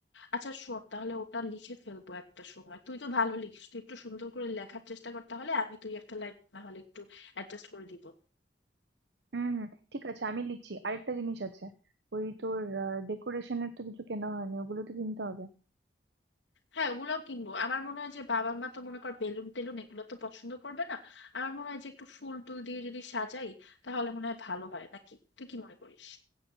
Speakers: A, on the left (about 85°); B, on the right (about 75°).
A: আচ্ছা শোন তাহলে ওটা লিখে ফেলবো একটা সময় তুই তো ভালো লিখিস তুই একটু সুন্দর করে লেখার চেষ্টা কর তাহলে আমি তুই একটা লাইন না হলে একটু অ্যাডজাস্ট করে দিব
B: হুম হুম ঠিক আছে আমি লিখছি আরেকটা জিনিস আছে ওই তোর ডেকোরেশনের তো কিছু কেনা হয়নি ওগুলো তো কিনতে হবে
A: হ্যাঁ ওগুলোও কিনবো আমার মনে হয় যে বাবা মা তো মনে কর বেলুন টেলুন এগুলো তো পছন্দ করবে না আমার মনে হয় যে একটু ফুল টুল দিয়ে যদি সাজাই তাহলে মনে হয় ভালো হয় নাকি তুই কি মনে করিস